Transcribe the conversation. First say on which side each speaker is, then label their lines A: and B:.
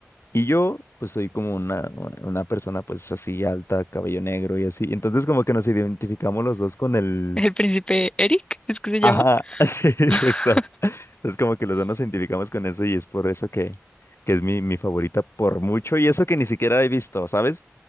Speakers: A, on the left (about 55°); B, on the left (about 20°).
A: y yo, pues soy como una, una persona, pues así alta, cabello negro y así. Entonces, como que nos identificamos los dos con el
B: ¿El príncipe Eric? ¿Es que se llama?
A: Ajá, <laughs> sí,
B: <laughs>
A: justo. Es como que los dos nos identificamos con eso y es por eso que, que es mi, mi favorita por mucho. Y eso que ni siquiera he visto, ¿sabes?